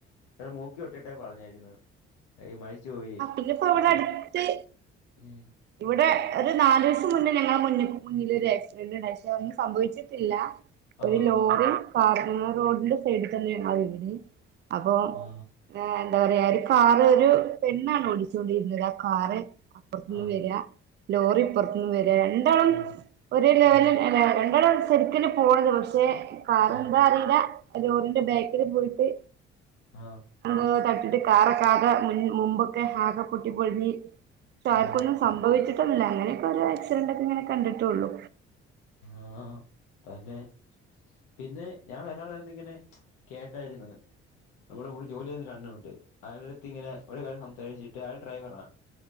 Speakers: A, on the left; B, on the right.
A: ടെ മൂക്കിഒട്ടിട്ടേ പറഞ്ഞാരുന്നു ഈ മരിച്ചു പോയി
B: ഇന്നിപ്പോ അവിടടുത്ത്
A: അപ്പഴ് ഉം
B: ഇവിടെ ഒരു നാലൂസം മുന്നേ ഞങ്ങളെ മുന്നി മുന്നില് ഒരു ആക്സിഡന്റ് ഉണ്ടായി പക്ഷെ ഒന്നും സംഭവിച്ചിട്ടില്ല
A: ആ
B: ഒരു ലോറി
A: ഹാ
B: കാറി <unintelligible> റോഡിന്റെ സൈഡിൽ തന്നെ വിണ് അപ്പൊ
A: ആ
B: എന്താ പറയാ ഒരു കാറ് ഒരു പെണ്ണാണ് ഓടിച്ചോണ്ടിരുന്നത് ആ കാറ് അപ്പറത്ത്ന്ന്
A: ആ
B: വര്യാ ലോറി ഇപ്പറത്തുന്ന് വരിക ര ണ്ടാളും
A: ഓ
B: ഒരേ ലെവല്ന്നെയല്ലെ
A: ആ
B: രണ്ടാളും ഒരേ സൈഡിലെക്ക് തന്നെയാ പോണത് പക്ഷെ കാറെന്താ
A: ആ
B: അറിയില്ല ലോറിന്റെ ബാക്കില് പോയിട്ട്
A: ആഹ്
B: വന്ന് തട്ടിട്ട് കാറൊക്കാകെ മുൻ മുമ്പൊക്കെ ആകെ പൊട്ടി പൊളിഞ്ഞ് അപ്പൊ
A: ഓ
B: ആർക്കൊന്നും സംഭവിച്ചിട്ടൊന്നുല്ല അങ്ങനെയൊക്കെ ഓരോ ആക്സിഡന്റൊക്കെ ഇങ്ങനെ കണ്ടിട്ടെ ഒള്ളു
A: ആഹ് തന്നെ പിന്നെ ഞാൻ വേറൊരാളു പറഞ്ഞിങ്ങനെ കേട്ടാരുന്നു നമ്മുടെ കൂടെ ജോലി ചെയ്യുന്ന ഒരണ്ണനുണ്ട് അയാടടുത്ത് ഇങ്ങനെ ഒരു കാര്യം സംസാരിച്ചിട്ട് അയാള് ഡ്രൈവറാ